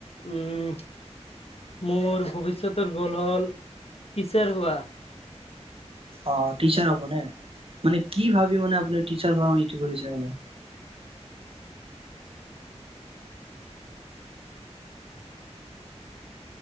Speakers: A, on the left; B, on the right.
A: উম। মোৰ ভৱিষ্যতৰ গ'ল হ'ল টিচাৰ হোৱা।
B: অঁহ টিচাৰ হ'ব নে, মানে কি ভাবি মানে আপুনি টিচাৰ হোৱা ইটো কৰিছে মানে।